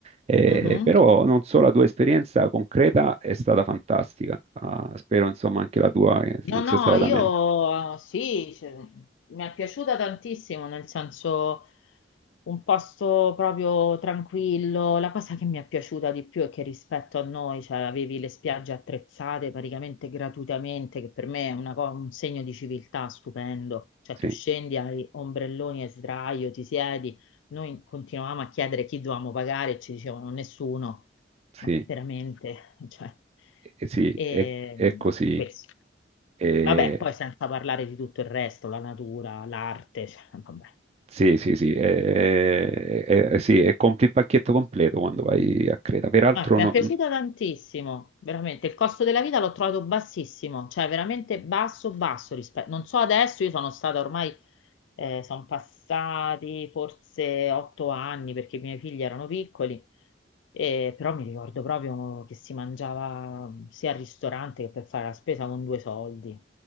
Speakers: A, on the right (about 35°); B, on the left (about 80°).
A: Eh,
B: Mhm.
A: però non so, la tua esperienza concreta è stata fantastica, Ah, spero insomma anche la tua eh,
B: No,
A: non sia
B: no,
A: stata
B: io
A: da meno.
B: sì, cioè, mi è piaciuta tantissimo, nel senso un posto proprio tranquillo. La cosa che mi è piaciuta di più è che rispetto a noi, cioè, avevi le spiagge attrezzate praticamente gratuitamente, che per me è una co- un segno di civiltà stupendo. Cioè,
A: Sì,
B: tu scendi, hai ombrelloni e sdraio, ti siedi. Noi continuavamo a chiedere chi dovevamo pagare e ci dicevano nessuno,
A: sì.
B: ma veramente, <laughs> cioè,
A: Eh, Sì,
B: e
A: è, è così.
B: questo.
A: Eh,
B: Vabbè, poi senza parlare di tutto il resto, la natura, l'arte, cioè, vabbè.
A: sì, sì, sì, eh, eh, eh, sì, e compri il pacchetto completo quando vai a Creta. Peraltro,
B: Ah, mi
A: no-
B: è piaciuta tantissimo, veramente. Il costo della vita l'ho trovato bassissimo, cioè veramente basso, basso rispetto. Non so adesso, io sono stata ormai, eh, sono passati forse otto anni perché i miei figli erano piccoli, eh, però mi ricordo proprio che si mangiava sia al ristorante che per fare la spesa con due soldi.